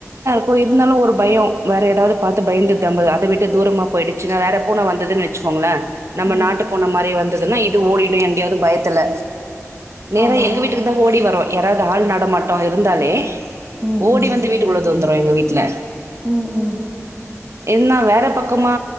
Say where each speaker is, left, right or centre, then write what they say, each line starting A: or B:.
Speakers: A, on the right; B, on the right.
A: போ இருந்தாலும் ஒரு பயம் வேற ஏதாவது பாத்து பயந்து தம்பது அத விட்டு தூரமா போய்டுச்சுனா வேற பூன வந்துதுன் வெச்சுக்கோங்களேன் நம்ம
B: ம்
A: நாட்டு பூன மாரி வந் இதெல்லா எ <unintelligible> யவரு பயப்பல்ல நேரா
B: ஆமா
A: எங்க
B: ஆமா
A: வீட்டுக்கு தா ஓடி வருவ யாராவ்து ஆள் நடமாட்டோ இருந்தாலே
B: ம்
A: ஓடி
B: ம்
A: வந்து வீட்டுக்குள்ள <unintelligible> அவுங்க வீட்ல
B: ம் ம்
A: என்னா வேற பக்கமா